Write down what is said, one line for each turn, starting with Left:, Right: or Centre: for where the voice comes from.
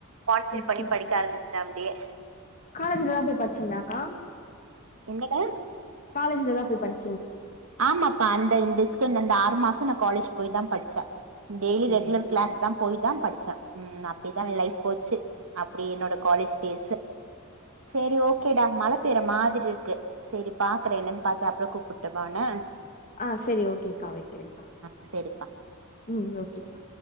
Right: கான்சன்ட்ரேட்
Left: ஒகே
Right: பண்ணி படிக்க ஆரம்பிச்சுட்டே அப்டியே
Left: காலேஜ்லல்லா போய் படிச்சீங்களா அக்கா
Right: என் கேட்ட
Left: காலேஜ்லலா போய் படிச்
Right: ஆமாப்பா அந்த இந்த இஸ்கு அந்த ஆறு மாசம் அப் காலேஜ் போய் தா படிச்சே டெய்லி
Left: சேரிங்க
Right: ரெகுலர் க்ளாஸ் தா போய் தா படிச்சே ம் அப்டிதா லைஃப் போச்சு அப்டி என்னோட காலேஜ் டேஸ்ஸு சேரி ஓகேடா மழ பெய்ற மாதிரி இருக்கு சரி பாக்குறே என்னன்னு பாத்து அப்புறொ கூப்புட் ட்டு போனா
Left: ஆ செரி ஓகேக்கா வைக்கிறேக்கா
Right: ஆ சேரிப்பா
Left: ம் ஓகேக்கா